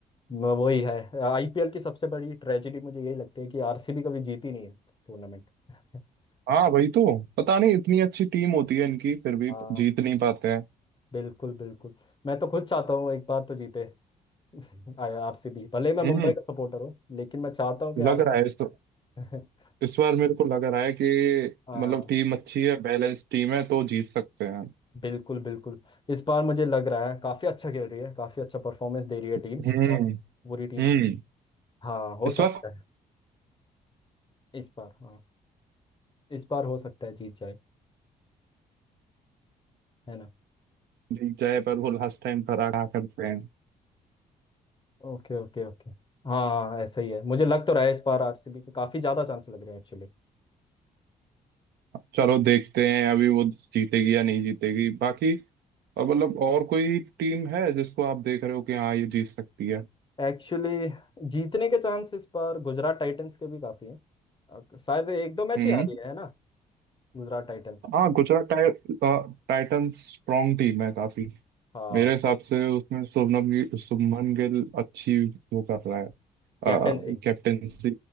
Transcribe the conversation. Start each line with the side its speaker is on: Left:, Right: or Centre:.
Left: म- वही है आईपीएल की सबसे बड़ी ट्रेजेडी मुझे यही लगती है कि आरसीबी कभी जीती नहीं है टूर्नामेंट <laughs>
Right: हाँ वही तो पता नहीं इतनी अच्छी टीम होती है इनकी फिर भी
Left: हाँ
Right: जीत नहीं पाते हैं
Left: बिल्कुल बिल्कुल मैं तो खुद चाहता हूँ एक बार तो जीते <laughs> आरसीबी भले ही मैं
Right: हम्म
Left: मुंबई का सपोर्टर हूँ लेकिन मैं चाहता हूँ कि
Right: लग
Left: आरसीबी
Right: रहा है इस
Left: <laughs>
Right: इस बार मेरे को लग रहा है कि
Left: हाँ
Right: मतलब टीम अच्छी है बैलेंस टीम है तो जीत सकते हैं
Left: बिल्कुल बिल्कुल इस बार मुझे लग रहा है काफ़ी अच्छा खेल रही है काफ़ी अच्छा परफॉर्मेंस दे रही है टीम
Right: हम्म
Left: और पूरी टीम
Right: हम्म
Left: हाँ हो
Right: इस
Left: सकता
Right: बार
Left: है इस बार हाँ इस बार हो सकता है जीत जाए है ना
Right: जीत जाए पर वो लास्ट टाइम पर आगा करते हैं
Left: Okay okay okay हाँ हाँ ऐसा ही है मुझे लग तो रहा है इस बार आरसीबी के काफ़ी ज़्यादा चांस लग रहे हैं एक्चुअली
Right: चलो देखते हैं अभी वो जीतेगी या नहीं जीतेगी बाकी और मतलब और कोई टीम है जिसको आप देख रहे हो कि हाँ ये जीत सकती है
Left: एक्चुअली जीतने के चांस इस बार गुजरात टाइटंस के भी काफ़ी हैं अ, शायद एक दो मैच
Right: हम्म
Left: ही आ रही है ना गुजरात टाइटंस
Right: हाँ गुजरात टाइ, टाइटंस स्ट्रॉन्ग टीम है काफी
Left: हाँ
Right: मेरे हिसाब से उसमें शुभमन गिल शुभमन गिल अच्छी वो कर रहा है
Left: कैप्टेंसी
Right: कैप्टेंसी